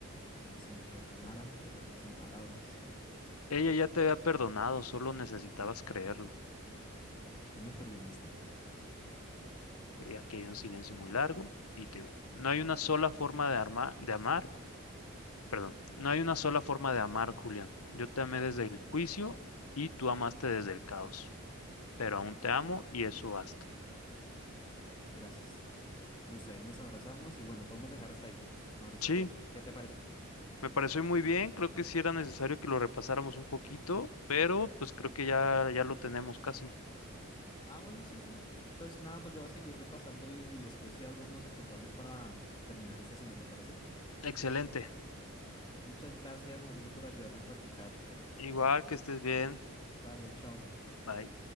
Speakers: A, on the left; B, on the left.
A: como si me perdonara, pero sin palabras.
B: Ella ya te había perdonado, solo necesitabas creerlo.
A: ¿Y tú me perdonaste?
B: Eh, aquí hay un silencio muy largo y te digo, no hay una sola forma de, arma- de amar, perdón, no hay una sola forma de amar, Julián. Yo te amé desde el juicio y tú amaste desde el caos, pero aún te amo y eso basta.
A: Gracias. Listo, ahí nos abrazamos y bueno, podemos dejar hasta ahí. Mauricio,
B: Sí,
A: ¿qué? ¿Qué te pareció?
B: me pareció muy bien, creo que sí era necesario que lo repasáramos un poquito, pero pues creo que ya, ya lo tenemos casi.
A: Ah, bueno, sí, sí. Entonces, nada, pues yo voy a seguir repasando y después si algo nos encontramos para terminar esta cena, ¿te parece?
B: Excelente.
A: Muchas gracias, Mauricio, por ayudarme a practicar.
B: Igual que estés bien.
A: Vale, chao.
B: Bye.